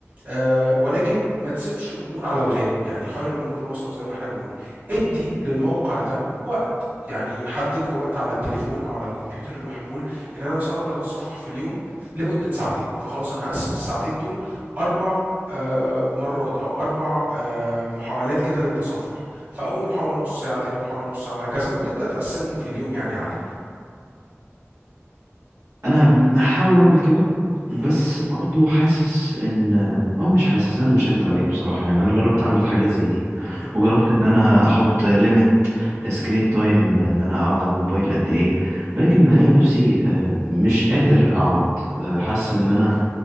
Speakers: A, on the right; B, on the right.
A: آه، ولكن ما تسيبش الامور على الغارب يعني خير الامور الوسط زي ما احنا بنقول ادي للموقع ده وقت يعني حدد له وقت على التليفون او على الكمبيوتر المحمول ان انا مثلا اقدر اتصفح في اليوم لمده ساعتين فخلاص انا هقسم الساعتين دول اربع آه، مرات او اربع آه، محاولات كده للتصفح فاول محاوله نص ساعه تاني محاوله نص ساعه وهكذا وتبدا تقسمهم في اليوم يعني يا علي
B: انا بحاول اعمل كده
A: اهم،
B: بس برضو حاسس ان او مش حاسس انا مش هكدب عليك بصراحة يعني انا جربت اعمل حاجات زي دي
A: اهم،
B: وجربت ان انا احط ليميت سكرين تايم ان انا اقعد على الموبايل قد ايه ولكن بلاقي نفسي آه، مش قادر اقعد آه، حاسس ان انا